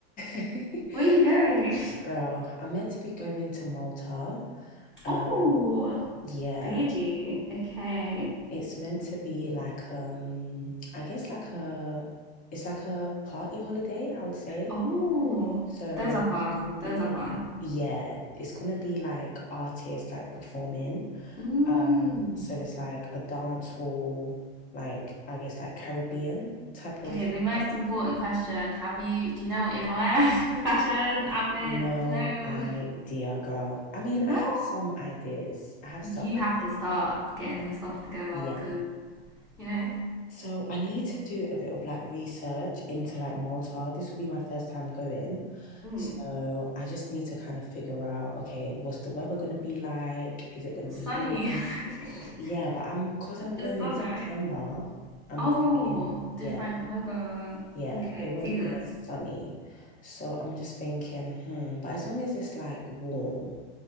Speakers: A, on the left; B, in the centre.
A: <laughs>
B: where are you going?
A: Girl, I'm meant to be going to Malta. Um,
B: Oh,
A: yeah,
B: Beijing. Okay.
A: it's meant to be like um I guess like a it's like a party holiday, I would say.
B: Oh,
A: So
B: those are fun.
A: there's gonna
B: Those
A: be
B: are fun.
A: yeah, it's gonna be like artists like performing.
B: Mm.
A: Um, so it's like a dance hall, like I guess like Caribbean type of
B: Okay, the most
A: like
B: important question. Have you, do you know what you're gonna wear? <laughs> Fashion, outfit,
A: no
B: hello.
A: idea, girl. I mean,
B: No,
A: I have some ideas. I have
B: you
A: some
B: have
A: ideas.
B: to start getting your stuff together
A: Yeah.
B: because, you know,
A: So I need to do a bit of like research into like Malta. This will be my first time going.
B: mm,
A: So I just need to kind of figure out, okay, what's the weather going to be like? Is it going to
B: sunny.
A: be warm?
B: <laughs>
A: Yeah, but I'm because I'm going
B: The sun,
A: in September,
B: right?
A: I'm
B: Oh,
A: thinking, yeah.
B: different weather.
A: Yeah,
B: Okay,
A: it won't
B: seasons.
A: be as sunny. So I'm just thinking, hmm, but as long as it's like warm,